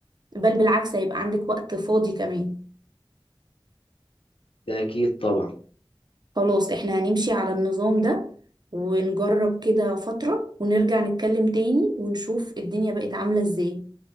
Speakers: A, on the right; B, on the left.
A: بل بالعكس هيبقى عندك وقت فاضي كمان
B: ده اكيد طبعا
A: خلاص احنا هنمشي على النظام ده ونجرب كده فترة ونرجع نتكلم تاني ونشوف الدنيا بقت عاملة ازاي